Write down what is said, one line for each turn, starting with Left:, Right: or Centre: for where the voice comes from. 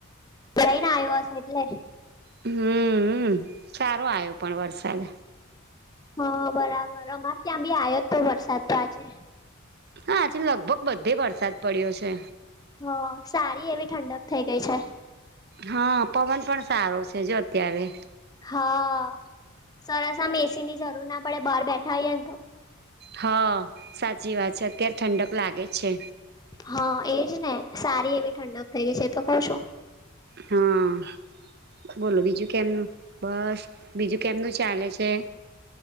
Left: ઈને આવ્યો હશે એટલે.
Right: હમ, સારો આવ્યો પણ વરસાદ.
Left: હા બરાબર અમારે ત્યાં બી આવ્યો તો વરસાદ તો આજે
Right: હા આજે લગભગ બધે વરસાદ પડ્યો છે.
Left: હ સારી એવી ઠંડક થઈ ગઈ છે.
Right: હા પવન પણ સારો છે, જો અત્યારે
Left: હા સરસ મેસીની જરૂર ના પડે બહાર બેઠા આવીએને તો
Right: હા સાચી વાત છે અત્યારે ઠંડક લાગે છે.
Left: હા એજ ને સારી એવી ઠંડઅપ થઈ ગઈ છે તો ક છો.
Right: હા બોલો બીજું કેમનું બસ બીજું કેમનું ચાલે છે.